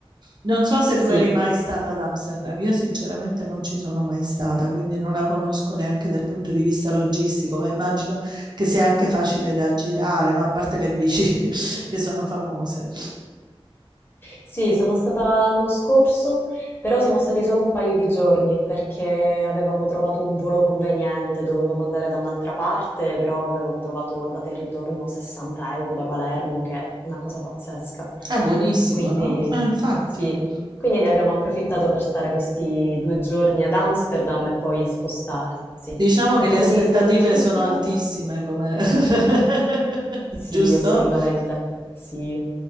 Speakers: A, on the right; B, on the left.
A: Non so se
B: Sì,
A: tu eri mai stata ad Amsterdam, io sinceramente non ci sono mai stata, quindi non la conosco neanche dal punto di vista logistico, ma immagino che sia anche facile da girare, no? A parte le bici <laughs> che sono famose.
B: Sì, sono stata l'anno scorso, però siamo stati solo un paio di giorni perché avevamo trovato un volo conveniente, dovevamo andare da un'altra parte, però avevamo trovato andata e ritorno 60 euro da Palermo, che è una cosa pazzesca.
A: È buonissimo,
B: Quindi
A: no?
B: Bellissimo.
A: Eh, infatti.
B: sì, quindi ne abbiamo approfittato per stare questi due giorni ad Amsterdam e poi spostarsi.
A: Diciamo
B: Dal
A: che
B: punto
A: le aspettative
B: di vista logistico?
A: sono altissime, come... <laughs>
B: Sì,
A: giusto?
B: assolutamente. Sì.